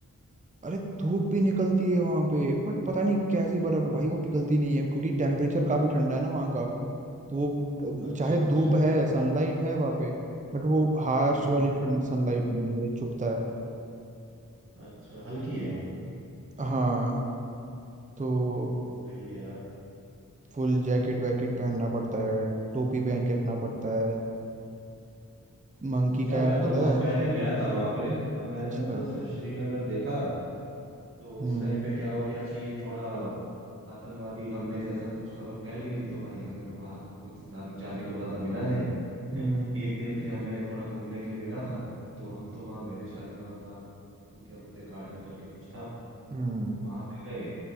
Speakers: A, on the right; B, on the right.
A: अरे धूप भी निकलती है वहां पे बट पता नहीं कैसी बर्फ है भाई वो पिघलती नहीं है क्योंकि टेम्परेचर काफी ठंडा है ना वहाँ का तो वो अम,
B: अच्छा
A: चाहे
B: अच्छा
A: धूप है सनलाइट है वहाँ पे बट वो हार्श
B: हम्म
A: वाली
B: हम्म,
A: ठंड सनलाइट नहीं है वो चुभता है
B: अच्छा हल्की है मतलब
A: हाँ तो
B: हम्म सही है यार
A: फुल जैकेट वैकेट पहनना पड़ता है टोपी पहन के रखना पड़ता है मंकी कैप
B: यार मैं तो
A: होता
B: बहुत
A: है
B: पहले गया था वहां पे तब मैंने
A: अच्छा
B: तो सिर्फ श्रीनगर देखा तो
A: हम्म
B: उस टाइम पे क्या हो गया कि थोड़ा आतंकवादी हमले जैसा कुछ खबर फैल गई थी तो भाई हमें तो बाहर कुछ जान, जाने को ज्यादा मिला नहीं
A: हम्म
B: <laughs> एक दिन के लिए हमें थोड़ा घूमने के लिए मिला था तो हम तो वहाँ गए थे शालीमार मार क्या बोलते हैं गार्डन करके कुछ था
A: हम्म
B: वहां पे गए